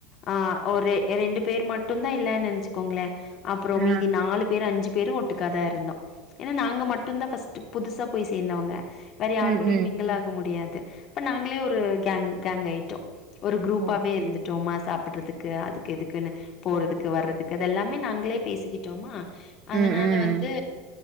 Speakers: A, on the left (about 45°); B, on the right (about 45°).
A: ஆ ஒரு ரெண்டு பேர் மட்டுந்தா இல்லனு நெனச்சுக்கோங்களே அப்பறோ
B: ஆ.
A: மீதி நாலு பேர் அஞ்சு பேரு ஒட்டுக்காதா இருந்தோ ஏன்னா நாங்க மட்டுந்தா ஃபஸ்ட்டு புதுசா போய் சேந்தவங்க வேற யாரு
B: ம்.
A: கூடயு
B: ம்.
A: மிங்கிள்ளாக முடியாது த்து அப்ப நாங்களே ஒரு கேங் கேங்காயிட்டோ ஒரு குரூப்பாவே
B: ஓகே.
A: இருந்துட்டோமா சாப்புட்றதுக் கு அதுக்கு இதுக்குனு போறதுக்கு வர்றதுக்கு அதெல்லாமே நாங்களே பேசிக்கிட்டோமா
B: ம்.
A: அதனால
B: ம்.
A: வந்து